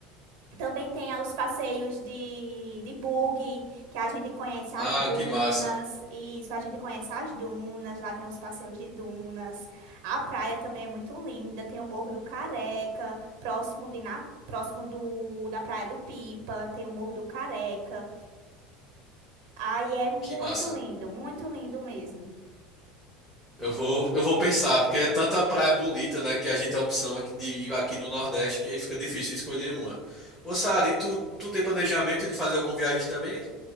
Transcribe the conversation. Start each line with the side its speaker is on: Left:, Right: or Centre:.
Right: também tem a- os passeios de, de buggy, que a gente conhece
Centre: Ah,
Right: as dunas.
Centre: que massa.
Right: Isso, a gente conhece as dunas. Lá tem os passeios de dunas. A praia também é muito linda. Tem o Morro do Careca, próximo de Na- próximo do, da Praia do Pipa. Tem o Morro do Careca. Aí é muito
Centre: Que massa.
Right: lindo, muito lindo mesmo.
Centre: Eu vou, eu vou pensar, porque é tanta praia bonita, né, que a gente tem a opção aqui de ir aqui no Nordeste, que aí fica difícil escolher uma. Ô, Sara, e tu, tu tem planejamento de fazer alguma viagem também?